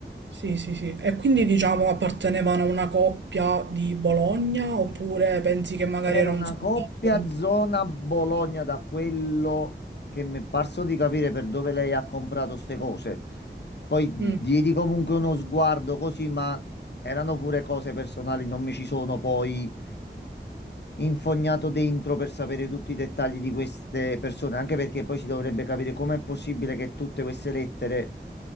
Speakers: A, on the right; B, on the left.
A: Sì, sì, sì. E quindi diciamo appartenevano a una coppia di Bologna oppure pensi che magari
B: Era
A: era
B: una
A: un soldato?
B: coppia zona Bologna da quello che mi è parso di capire per dove lei ha comprato ste cose. Poi diedi
A: Mm,
B: comunque uno sguardo così, ma erano pure cose personali, non mi ci sono poi infognato dentro per sapere tutti i dettagli di queste persone, anche perché poi si dovrebbe capire com'è possibile che tutte queste lettere